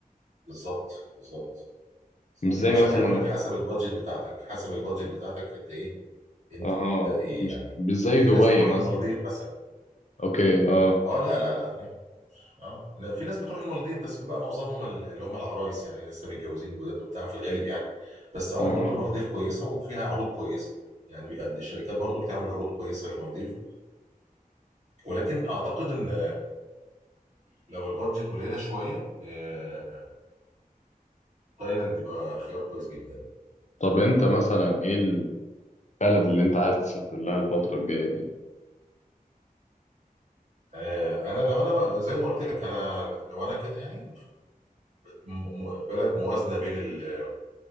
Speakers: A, on the right; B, on the left.
A: بالظبط بالظبط بالظبط.
B: مش زي
A: عشان
B: مثلا
A: كده بقول لك حسب البادجت بتاعتك حسب البادجت بتاعتك انت ايه انت
B: اه
A: ايه
B: مش
A: يعني
B: مش زي
A: في
B: دبي
A: ناس بتروح
B: مثلا
A: المالديف مثلا
B: اوكي اه
A: اه لا لا لا اه لا، في ناس بتروح المالديف بس بقى معظمهم ال- اللي هم العرايس يعني لسه متجوزين جداد وبتاع في الغالب يعني بس هم
B: فاهم
A: برضو المالديف كويسه وفيها عروض كويسه يعني بيقد الشركات برضو بتعمل عروض كويسه للمالديف ولكن اعتقد ان لو البادجت قليله شويه آه، تايلاند يبقى خيار كويس جدا
B: طب انت مثلا ايه البلد اللي انت عايز تسافر لها الفترة الجاية دي
A: آه، انا لو انا زي ما قلت لك انا لو انا كده يعني م- م- بلد موازنة بين ال-